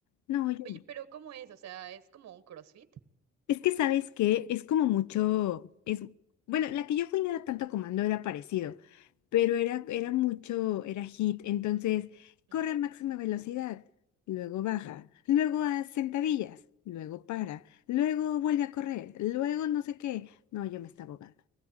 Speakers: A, on the left; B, on the right.
A: no, yo.
B: Oye, pero ¿cómo es? O sea, ¿es como un CrossFit?
A: Es que sabes que es como mucho, es, bueno, la que yo fui no era tanto comando, era parecido, pero era, era mucho, era hit, entonces corre
B: Mm.
A: a máxima velocidad, luego baja, luego haz sentadillas, luego para, luego vuelve a correr, luego no sé qué. No, yo me estaba ahogando.